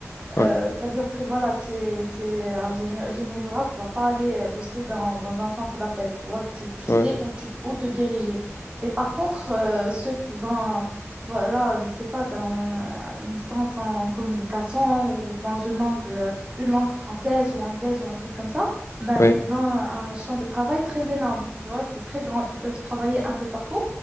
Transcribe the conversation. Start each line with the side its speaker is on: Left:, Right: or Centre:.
Left: Ouais,
Right: euh, c'est-à-dire que voilà, tu es, tu es un génie, génie rural, tu vas pas aller euh, bosser dans, dans un centre d'appel, tu vois, tu, tu
Left: ouais,
Right: sais où, tu, où te diriger. Mais par contre, euh, ceux qui ont, voilà, je sais pas, d'un- une licence en communication ou dans une langue, euh, une langue française ou anglaise ou un truc comme ça, ben,
Left: ouais.
Right: ils ont un, un champ de travail très énorme, tu vois, c'est très grand, ils peuvent travailler un peu partout.